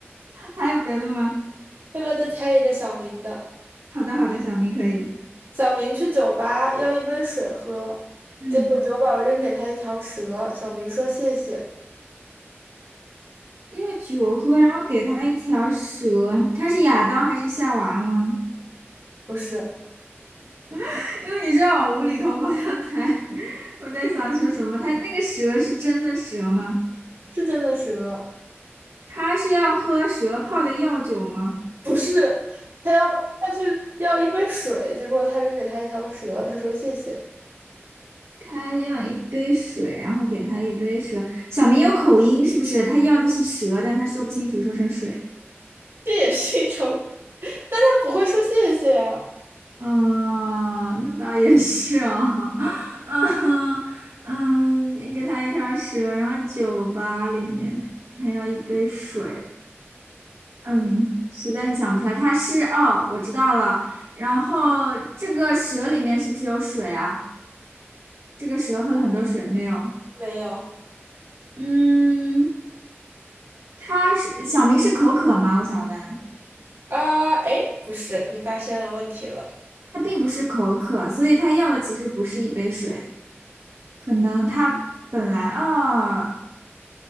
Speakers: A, on the right; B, on the right.
A: 还有别的吗？
B: 要不要再猜一个小明的？
A: 好的，好的，小明可以。
B: 小明去酒吧要一杯水喝，
A: 嗯，
B: 结果酒保扔给他一条蛇。小明说谢谢，
A: 因为酒喝，然后给他一条蛇，他是亚当还是夏娃吗？
B: 不是，
A: <laughs> 因为你是要往无厘头方向猜，<laughs> 我在想说什么？他那个蛇是真的蛇吗？
B: 是真的蛇，
A: 他是要喝蛇泡的药酒吗？
B: 不是，他要他去要一杯水，结果他扔给他一条蛇，他说谢谢，
A: 他要一杯水，然后给他一杯蛇。小明有口音是不是？他要的是蛇，但他说不清楚，说成水。
B: 这也是一种，那他不会说谢谢啊？
A: 嗯，那倒也是哦。<laughs> 嗯嗯，你给他一条蛇，然后酒吧里面他还要一杯水。嗯，实在是想不出来，他是哦，我知道了。然后这个蛇里面是不是有水啊？这个蛇喝了很多水没有？
B: 没有
A: 嗯，他是小明是口渴吗？我想问啊。
B: 啊，哎，不是，你发现了问题了，
A: 它并不是口渴，所以它要的其实不是一杯水，可能它本来啊、